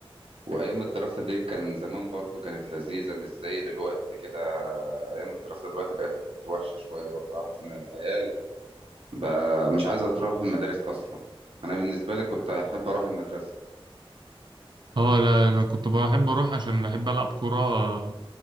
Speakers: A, on the right; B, on the right.
A: وايام الدراسة دي كان زمان برضه كانت لذيذة مش زي دلوقتي كده ايام الدراسة دلوقتي بقت وحشة شوية برضه اعرف إن عيال بقى مش عايزة تروح المدارس أصلا أنا بالنسبة لي كنت أحب أروح المدرسة
B: اه لا أنا كنت بحب أروح عشان بحب ألعب كورة آه،